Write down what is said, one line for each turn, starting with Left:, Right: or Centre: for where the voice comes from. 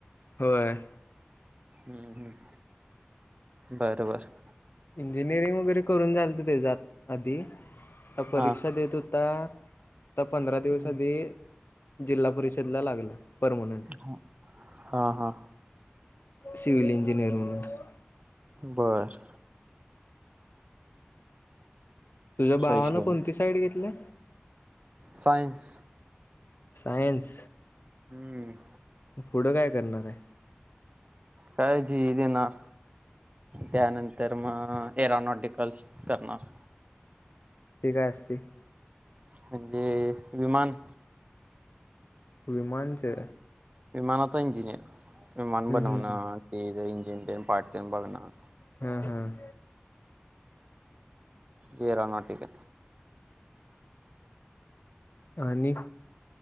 Left: होय.
Right: हम्म हम्म बरोबर.
Left: इंजिनिअरिंग वगैरे करून झालत त्याच्यात आधी परीक्षा
Right: हा
Left: देत होता आता पंधरा दिवस
Right: हम्म.
Left: आधी जिल्हा परिषदला लागला. परमनंट
Right: ह हा हा.
Left: सिवल इंजिनीयर <unintelligible>
Right: बर.
Left: तुझ्या भावानं
Right: विषय आहे
Left: कोणती साईड घेतल्या?
Right: सायन्स
Left: सायन्स
Right: हम्म
Left: पुढं काय करणार आहे.
Right: काय जी ई देणार. त्यानंतर मग एरानॉटिकल करणार.
Left: ते काय असते.
Right: म्हणजे विमान.
Left: विमानचे
Right: विमानाचा इंजिनिअर. विमान बनवणार
Left: हम्म
Right: ते जा तेध पाठतेन बघणार.
Left: हम्म हम्म
Right: येरानाटिकल
Left: आणि